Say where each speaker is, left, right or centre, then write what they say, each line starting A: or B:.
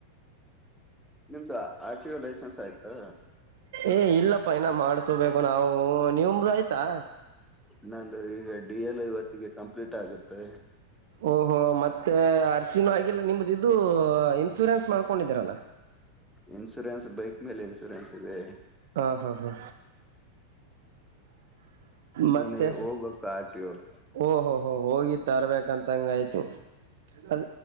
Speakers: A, in the centre; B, on the right (about 55°).
A: ನಿಮ್ದು ಆರ್ಟಿೋ ಲೈಸೆನ್ಸ್ ಆಯ್ತಾ.
B: ಏ ಇಲ್ಲಪ್ಪ ಇನ ಮಾಡ್ಸೋಬೇಕು ನಾವು ನೀಮ್ಮದು ಆಯ್ತಾ.
A: ನಂದು ಈಗ ಡಿ ಎಲ್ ಐ ಹೊತ್ತಿಗೆ ಕಂಪ್ಲೀಟ್ ಆಗುತ್ತೆ.
B: ಓಹೋ ಮತ್ತೆ ಅರಸಿನ ಆಗಿಲ್ಲ ನಿಮ್ದ ಇದು ಇನ್ಸೂರೆನ್ಸ್ ಮಾಡ್ಕೊಂಡಿದೀರಲ್ಲ.
A: ಇನ್ಸೂರೆನ್ಸ್ ಬೈಕ್ ಮೇಲೆ ಇನ್ಸೂರೆನ್ಸ್ ಇದೆ.
B: ಹಾ ಹಾ ಹಾ. ಮತ್ತೆ
A: ನೀನ ಹೋಗ್ಕ್ಕ ಆಟ ಹೋಗು.
B: ಓಹೋ ಹೋ್ ಹೋಗಿ ತರ್ಬೇಕಂತಂಗ ಆಯ್ತು ಅದ